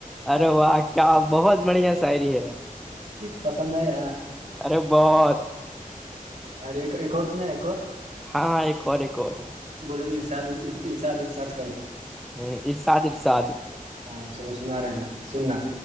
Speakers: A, in the centre; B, on the right.
A: ارے واہ کیا بہت بڑھیا ساعری ہے
B: پسند آ ار
A: ارے بہت
B: ار ایکورسنا ایکور
A: ہاں ہاں ایک اورار ایک اورور
B: بولو ارشاد ا ارشاد ارشاد کرو
A: ہ ارشاد ارشاد
B: ہاں چلو سنا رہے ہیں سننا